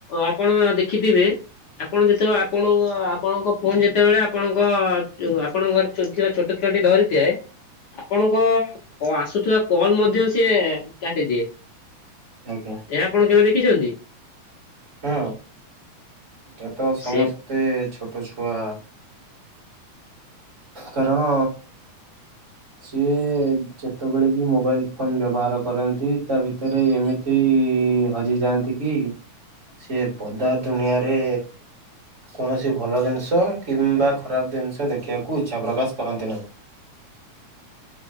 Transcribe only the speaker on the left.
ଆ ଦେଖିଥିବେ ଆପଣ ଯେତେବେଳେ ଆପଣଙ୍କ ଆପଣଙ୍କ ଫୋନ ଯେତେବେଳେ ଆପଣଙ୍କ ଆପଣଙ୍କ ଘରେ ଥିବା ଛୋଟ ଛୁଆଟି ଧରିଥାଏ ଆପଣଙ୍କ ଓ ଆସୁଥିବା କଲ ମଧ୍ୟ ସିଏ କାଟିଦିଏ।
ଏହା ଆପଣ କେବେ ଦେଖିଚନ୍ତି?
ସେ